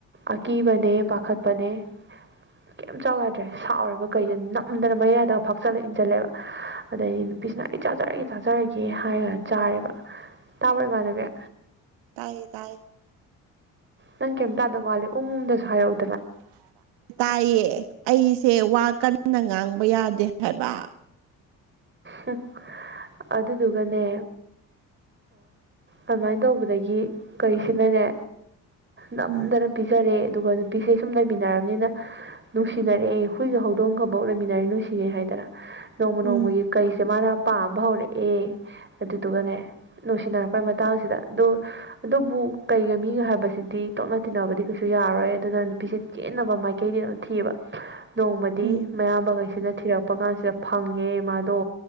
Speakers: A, on the right; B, on the right.
A: ꯑꯀꯤꯕꯅꯦ ꯄꯥꯈꯠꯄꯅꯦ ꯀꯦꯝ ꯆꯥꯎ ꯌꯥꯗ꯭ꯔꯦ ꯁꯥꯎꯔꯤꯕ ꯀꯩꯗꫭ ꯅꯝꯗꯅ ꯃꯌꯥꯗ ꯐꯥꯛꯆꯜꯂꯒ ꯏꯟꯁꯤꯜꯂꯦꯕ ꯑꯗꯩꯗꯤ ꯅꯨꯄꯤꯁꯤꯅ ꯑꯩ ꯆꯥꯖꯔꯒꯦ ꯆꯥꯖꯔꯒꯦ ꯀꯦ ꯍꯥꯏꯔꯒ ꯆꯥꯔꯦꯕ ꯇꯥꯕꯔ ꯏꯃꯥꯟꯅꯕꯤ
B: ꯇꯥꯏ ꯇꯥꯏ
A: ꯅꯪ ꯀꯩꯝꯇꯥꯗꯥꯕ ꯃꯥꯜꯂꯦ ꯎꯝ ꯎꯝ ꯗꯁꯨ ꯍꯥꯏꯔꯛꯎ
B: ꯇꯥꯏꯌꯦ ꯑꯩꯁꯦ ꯋꯥ ꯀꯟꯅ ꯉꯥꯡꯕ ꯌꯥꯗꯦ ꯍꯥꯏꯕ
A: ꯍꯨꯝ ꯑꯗꯨꯗꯨꯒꯅꯦ ꯑꯗꯨꯃꯥꯏꯅ ꯇꯧꯕꯗꯒꯤ ꯀꯩꯁꯤꯅꯅꯦ ꯅꯝꯗꯅ
B: ꯎꯝ
A: ꯄꯤꯖꯔꯦ ꯑꯗꯨꯒ ꯅꯨꯄꯤꯁꯦ ꯁꯨꯝ ꯂꯩꯃꯤꯟꯅꯔꯕꯅꯤꯅ ꯅꯨꯡꯁꯤꯅꯔꯛꯑꯦ ꯍꯨꯏꯒ ꯍꯧꯗꯣꯡꯒꯕꯧ ꯂꯩꯃꯤꯟꯅꯔ ꯅꯨꯡꯁꯤꯟꯅꯔꯦ ꯍꯥꯏꯗꯅ ꯅꯣꯡꯃ
B: ꯎꯝ
A: ꯅꯣꯡꯃꯒꯤ ꯀꯩꯁꯦ ꯃꯥꯅ ꯄꯥꯝꯕ ꯍꯧꯔꯛꯑꯦ ꯑꯗꯨꯗꯨꯒꯅꯦ ꯅꯨꯡꯁꯤꯅꯔꯛꯄꯩ ꯃꯇꯥꯡꯁꯤꯗ ꯑꯗꯨ ꯑꯗꯨꯕꯨ ꯀꯩꯒ ꯃꯤꯒ ꯍꯥꯏꯕꯁꯤꯗꯤ ꯇꯣꯠꯅ ꯇꯤꯟꯅꯕꯗꯤ ꯀꯩꯁꯨ ꯌꯥꯔꯣꯏ ꯑꯗꯨꯅ ꯅꯨꯄꯤꯁꯦ ꯆꯦꯟꯅꯕ ꯃꯥꯏꯀꯩꯗꯤ ꯑꯗꯨꯝ ꯊꯤꯑꯦꯕ ꯅꯣꯡꯃꯗꯤ
B: ꯎꯝ
A: ꯃꯌꯥꯝꯕꯈꯩꯁꯤꯅ ꯊꯤꯔꯛꯄ ꯀꯥꯟꯁꯤꯗ ꯐꯪꯉꯦ ꯃꯥꯗꯣ